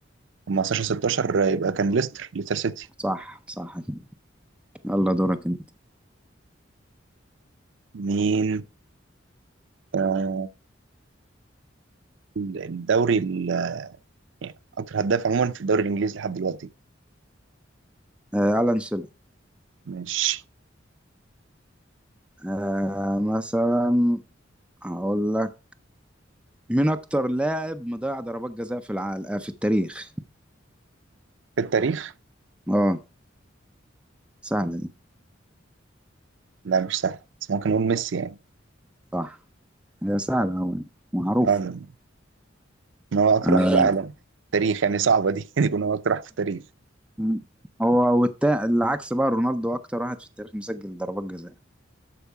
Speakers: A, on the right (about 70°); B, in the centre.
A: أما 15 16 يبقى كان ليستر ليستر سيتي
B: صح صح يلا دورك انت.
A: مين آه، الدوري ال- يعني اكتر هداف عموما في الدوري الانجليزي لحد دلوقتي
B: آه، ألان شيرر
A: ماشي
B: آه، مثلا هقول لك مين أكتر لاعب مضيع ضربات جزاء في العالم آه، في التاريخ
A: في التاريخ
B: اه سهلة دي
A: لا مش سهل بس ممكن نقول ميسي يعني
B: صح هي سهلة أوي معروف
A: آه، ان هو اكتر
B: آه،
A: واحد في العالم تاريخ يعني صعبه دي <laughs> ان يكون هو اكتر واحد في التاريخ
B: م- هو والتا... العكس بقى رونالدو أكتر واحد في التاريخ مسجل ضربات جزاء